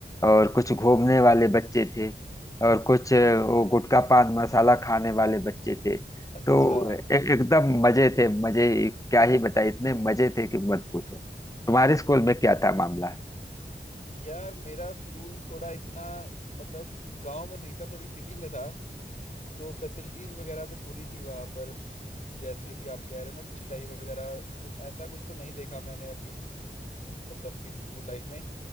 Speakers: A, on the left; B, on the left.
A: और कुछ घूमने वाले बच्चे थे और कुछ अ, वो गुटखा पान मसाला खाने वाले बच्चे थे
B: अच्छा
A: तो ए- एकदम मजे थे मजे ही- क्या ही बताए इतने मजे थे कि मत पूछो तुम्हारे स्कूल में क्या था मामला
B: यार मेरा स्कूल थोड़ा इतना मतलब गांव में नहीं था थोड़ी सिटी में था तो फैसिलिटीज वगैरह तो पूरी थी वहां पर जैसे कि आप कह रहे हो ना चिटाई वगैरह तो ऐसा कुछ तो नहीं देखा मैंने अभी मतलब अपनी स्कूल लाइफ में